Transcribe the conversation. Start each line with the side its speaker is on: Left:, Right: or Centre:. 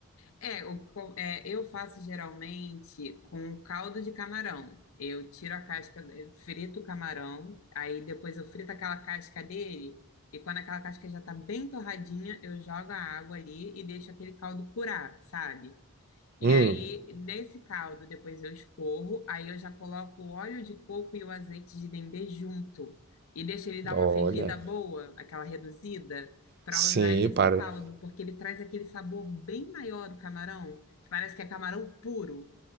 Left: É, o co- é, eu faço geralmente com caldo de camarão. Eu tiro a casca, eu frito o camarão, aí depois eu frito aquela casca dele, e quando aquela casca já tá bem torradinha, eu jogo a água ali e deixo aquele caldo curar, sabe? E
Right: Hum,
Left: aí, nesse caldo, depois eu escorro, aí eu já coloco o óleo de coco e o azeite de dendê junto. E deixo ele dar
Right: olha,
Left: uma fervida boa, aquela reduzida, para
Right: sim,
Left: usar esse
Right: para.
Left: caldo, porque ele traz aquele sabor bem maior do camarão, que parece que é camarão puro.